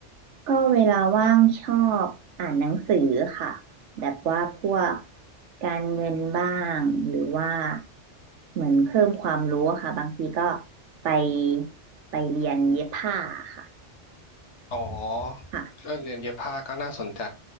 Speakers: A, on the right (about 75°); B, on the left (about 70°).
A: ก็เวลาว่างชอบอ่านหนังสือค่ะแบบว่าพวกการเงินบ้างหรือว่าเหมือนเพิ่มความรู้อะค่ะบางทีก็ไปไปเรียนเย็บผ้าค่ะ
B: อ๋อ
A: ค่ะ
B: เรื่องเรียนเย็บผ้าก็น่าสนใจ